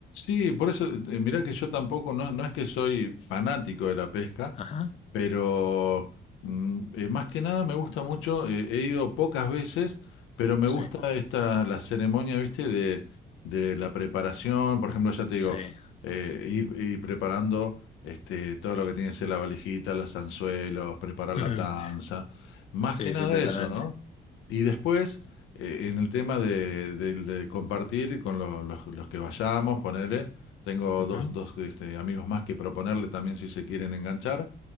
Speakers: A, on the left (about 90°); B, on the left (about 35°).
A: Sí, por eso, eh, mirá que yo tampoco, no, no es que soy fanático de la pesca,
B: Ajá,
A: pero mm, eh, más que nada me gusta mucho, eh, he ido pocas veces, pero me
B: sí,
A: gusta esta, la ceremonia, ¿viste? De, de la preparación, por ejemplo, ya te
B: sí.
A: digo, eh, ir, ir preparando este, todo lo que tiene que ser la valijita, los anzuelos, preparar la
B: <laughs>
A: tanza, más
B: Sí,
A: que nada
B: sí, totalmente.
A: eso, ¿no? Y después, eh, en el tema de, de- de compartir con los, los- los que vayamos, ponele, tengo
B: Ujú,
A: dos, dos este, amigos más que proponerle también si se quieren enganchar.